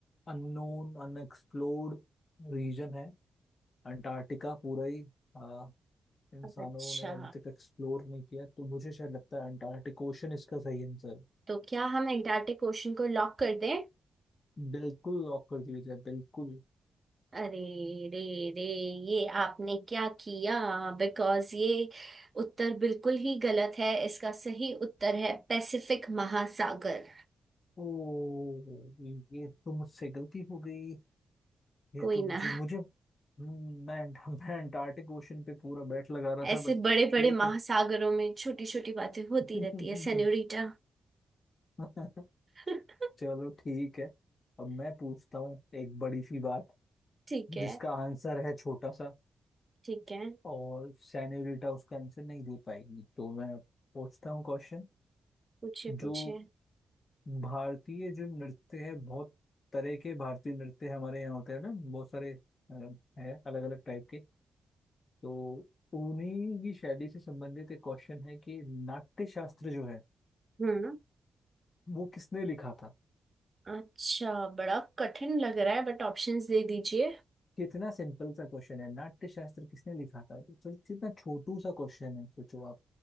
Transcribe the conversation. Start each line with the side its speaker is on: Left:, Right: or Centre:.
Left: अननोन अनएक्सप्लोर्ड रीजन है अंटार्कटिका पूरा ही अ, इंसानों
Right: अच्छा
Left: ने अभी तक एक्सप्लोर नहीं किया तो मुझे शायद लगता है अंटार्कटिक ओशन इसका सही आंसर है।
Right: तो क्या हम एंटार्क्टिक ओशन को लॉक कर दें
Left: बिल्कुल लॉक कर दिया जाए बिल्कुल
Right: अरे रे रे ये आपने क्या किया बिकॉज ये उत्तर बिल्कुल ही गलत है इसका सही उत्तर है पैसिफिक महासागर
Left: ओ ये तो मुझसे गलती हो गई ये
Right: कोई
Left: तो
Right: ना
Left: मुझे मुझे हम्म, मैं मैं अंटार्कटिक ओशन पे पूरा बैट लगा रहा था
Right: ऐसे
Left: बट
Right: बड़े
Left: ठीक
Right: बड़े महासागरों में छोटी छोटी बातें होती
Left: है
Right: रहती है सेन्योरिटा
Left: <laughs> <laughs>
Right: <laughs>
Left: चलो ठीक है अब मैं पूछता हूँ एक बड़ी सी बात
Right: ठीक है
Left: जिसका आंसर है छोटा सा
Right: ठीक है
Left: और सेनोरिटा उसका आंसर नहीं दे पाएगी तो मैं पूछता हूँ क्वेश्चन
Right: पूछिए पूछिए
Left: जो भारतीय जो नृत्य है बहुत तरह के भारतीय नृत्य हमारे यहाँ होते हैं ना बहुत सारे अ, है अलग अलग टाइप के तो उन्हीं की शैली से संबंधित एक क्वेश्चन है कि नाट्य शास्त्र जो है
Right: हम्म
Left: वो किसने लिखा था
Right: अच्छा बड़ा कठिन लग रहा है बट ऑप्शंस दे दीजिए
Left: कितना सिंपल सा क्वेश्चन है नाट्य शास्त्र किसने लिखा था तो चलो कितना छोटू सा क्वेश्चन है सोचो आप